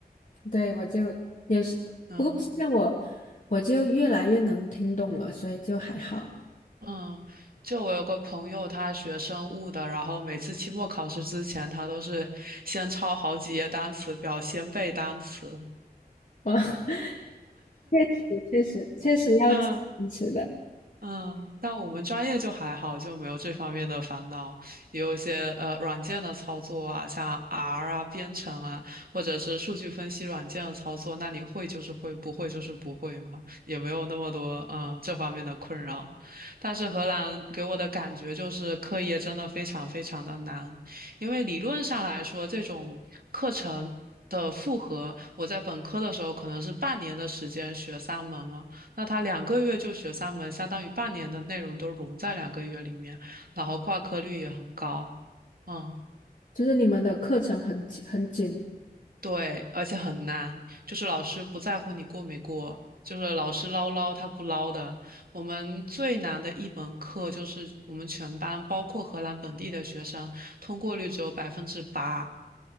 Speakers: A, on the left; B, on the right.
A: 对，我就有时，
B: 嗯。
A: 不过现在我我就越来越能听懂了，所以就还好。
B: 嗯，就我有个朋友，他学生物的，然后每次期末考试之前，他都是先抄好几页单词表，先背单词。
A: 哇，<laughs> 确实确实确实要坚持的，
B: 嗯。嗯，但我们专业就还好，就没有这方面的烦恼。也有一些呃软件的操作啊，像 R 啊、编程啊，或者是数据分析软件的操作，那你会就是会，不会就是不会嘛，也没有那么多嗯这方面的困扰。但是荷兰给我的感觉就是课业真的非常非常的难，因为理论上来说，这种课程。的复合，我在本科的时候可能是半年的时间学三门嘛，那他两个月就学三门，相当于半年的内容都融在两个月里面，然后挂科率也很高。嗯，
A: 就是你们的课程很紧很紧。
B: 对，而且很难，就是老师不在乎你过没过，就是老师唠唠他不唠的。我们最难的一门课就是我们全班包括荷兰本地的学生通过率只有百分之八，